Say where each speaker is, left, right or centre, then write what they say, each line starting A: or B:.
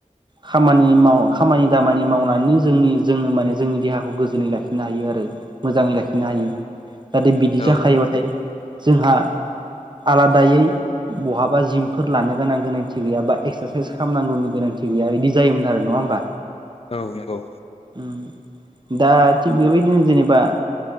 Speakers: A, on the right; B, on the left.
A: खामानि माव खामानि दामानि मावनानै जोंनि जोङो माने जोंनि देहाखौ गोजोनै लाखिनो हायो आरो मोजाङै लाखिनो हायो जाहाथे बिदि
B: औ
A: जाखायोबाथाय जोंहा आलादायै बहाबा जिमफोर लानो गोनां गोनांथि गैया बा एक्सारसाइस खालामनांगौनि गोनां थि गैया बिदि जायोमोन आरो नङा होमबा?
B: औ नंगौ
A: उम दा थिग बेबायदिनो जेनेबा